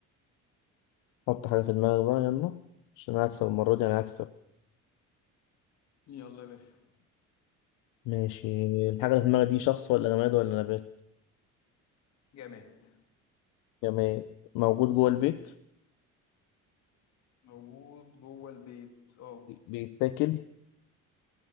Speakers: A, on the left; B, on the left.
A: حط حاجة في دماغك بقى يلا عشان أنا هكسب المرة دي أنا هكسب
B: يلا يا باشا
A: ماشي الحاجة اللي في دماغك دي شخص ولا جماد ولا نبات
B: جماد
A: جماد موجود جوه البيت
B: موجود جوه البيت اه
A: بيتاكل